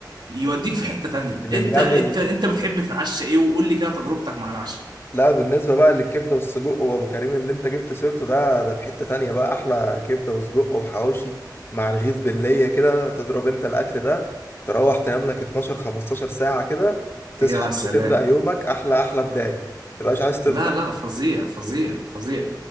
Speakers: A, on the right (about 75°); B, on the left (about 30°).
A: يوديك في حته تانية
B: اللي
A: انت
B: بيعمل
A: انت انت بتحب تتعشى ايه وقول لي كده تجربتك مع العشاء
B: لا بالنسبة بقى للكبدة والسجق وأبو كريم اللي أنت جبت سيرته ده ده في حتة تانية بقى أحلى كبدة وسجق وحواوشي مع رغيف باللية كده تضرب أنت الأكل ده تروح تنام لك 12 15 ساعة كده تصحى
A: يا سلام
B: مش تبدأ يومك أحلى أحلى بداية متبقاش عايز تفطر
A: لا لا فظيع فظيع فظيع